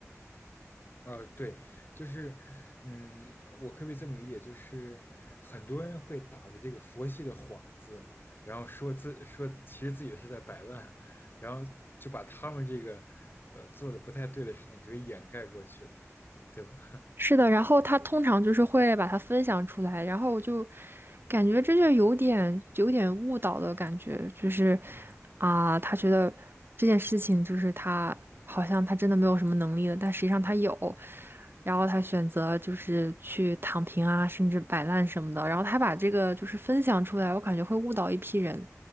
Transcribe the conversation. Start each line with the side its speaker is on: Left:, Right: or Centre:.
Left: 呃，对，就是，嗯，我可不可以这么理解？就是很多人会打着这个佛系的幌子，然后说自说其实自己是在摆烂，然后就把他们这个呃做的不太对的事情就给掩盖过去了，对吧？
Right: 是的，然后他通常就是会把它分享出来，然后我就感觉这就有点有点误导的感觉，就是
Left: <laughs> 嗯，
Right: 啊，他觉得这件事情就是他好像他真的没有什么能力了，但实际上他有。然后他选择就是去躺平啊，甚至摆烂什么的。然后他把这个就是分享出来，我感觉会误导一批人。